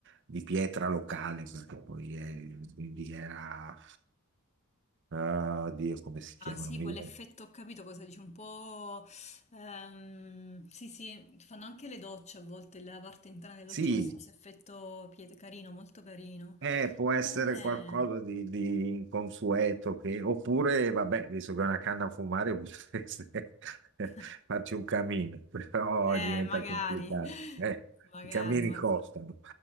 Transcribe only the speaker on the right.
di pietra locale, perché poi è- quindi era... ah, Dio, come si chiamano?
Mi...
viene-
Sì,
Eh, può essere
qualcosa di, di inconsueto, che- oppure, vabbè, visto che è una canna a fumare, <laughs> potreste
farci un camino, <laughs> però
diventa
complicato.
Eh,
i camini
costano.